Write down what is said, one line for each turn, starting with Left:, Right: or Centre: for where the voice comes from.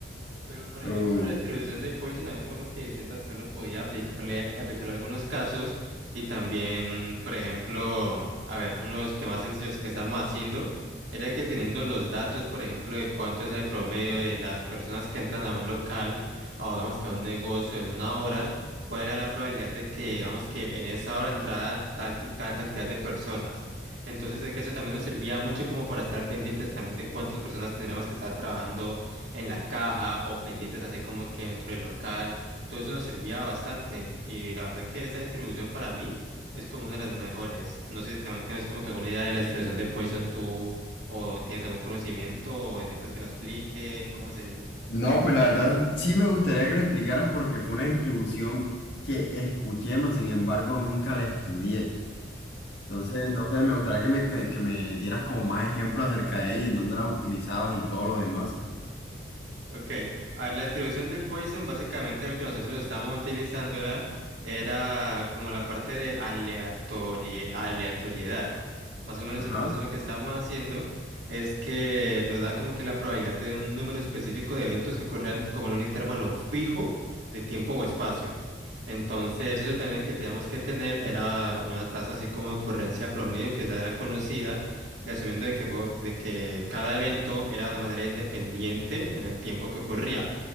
Right: Pero, por
Left: Uh,
Right: ejemplo, la distribución de Poison habían como que distintas que uno podía aplicarle, aplicarle algunos casos y también, por ejemplo, a ver, uno de los que más sencillos que estamos haciendo era que teniendo los datos, por ejemplo, de cuánto es el promedio de las personas que entran a un local o digamos que a un negocio en una hora, cuál era la probabilidad de que, digamos que en esa hora entrara tal, ti- tal cantidad de personas. Entonces, de que eso también nos servía mucho como para estar pendientes también de cuántas personas tendríamos que estar trabajando en la caja o pendientes así como que dentro del local. Todo eso nos servía bastante y la verdad que esta distribución para mí es como una de las mejores. No sé si también tienes como que alguna idea de la distribución de Poison tú o tienes algún conocimiento o necesitas que la explique, ¿cómo sería?
Left: no, pues la verdad sí me gustaría que la explicaras porque fue una distribución que escuché, mas sin embargo nunca la estudié. Entonces, no sé, me gustaría que me, que, que me dieras como más ejemplos acerca de ella, en dónde la utilizabas y todo lo demás.
Right: Ok, a ver, la distribución de Poisson, básicamente lo que nosotros estábamos utilizando era, era como la parte de aleatorie- aleatoriedad. Más o menos
Left: Ajá.
Right: entonces lo que estábamos haciendo es que nos da como que la probabilidad de un número específico de eventos que ocurran como en un intervalo fijo de tiempo o espacio. Entonces eso también que teníamos que tener era una tasa así como de ocurrencia promedio que ya era conocida y asumiendo de que fue, de que cada evento era de una manera independiente en el tiempo que ocurría.